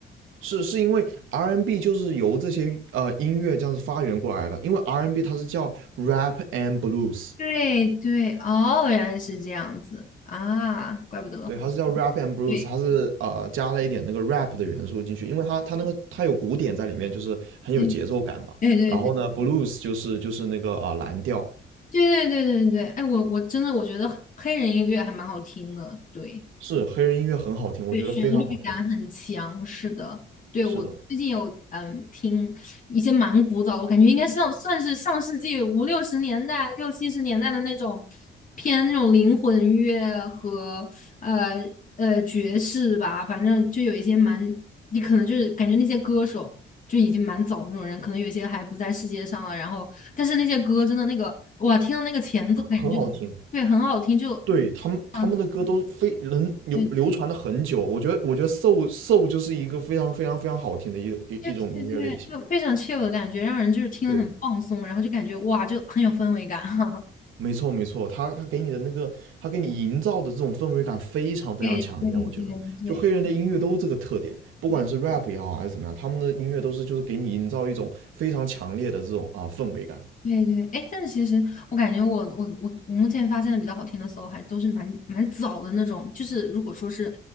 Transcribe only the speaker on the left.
对对，哦，原来是这样子啊，怪不得。
对
对对对
对对对对对对，哎，我我真的我觉得黑人音乐还蛮好听的，对。
对，旋律感很强，是的。对，
我最近有嗯听一些蛮古早的，我感觉应该上算是上世纪五六十年代、六七十年代的那种偏那种灵魂乐和呃呃爵士吧，反正就有一些蛮，你可能就是感觉那些歌手就已经蛮早的那种人，可能有一些还不在世界上了，然后但是那些歌真的那个哇，听到那个前奏感觉就是对很好听，
就
嗯。对。
对对对，就非常 chill 的感觉，让人就是听了很放松，
然后就感觉哇，就很有氛围感。<laughs> 哈，
对对对对
对
对对，哎，但是其实我感觉我我我我目前发现的比较好听的 soul 还都是蛮蛮早的那种，就是如果说是